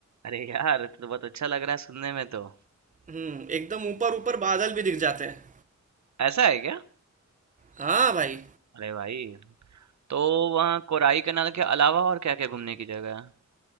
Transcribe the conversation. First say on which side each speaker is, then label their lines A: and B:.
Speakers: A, on the right; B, on the right.
A: अरे यार तो बहुत अच्छा लग रहा है सुनने में तो
B: हम्म एकदम ऊपर ऊपर बादल भी दिख जाते हैं
A: ऐसा है क्या
B: हाँ भाई
A: अरे भाई तो वहाँ कोराई कनाल के अलावा और क्या क्या घूमने की जगह है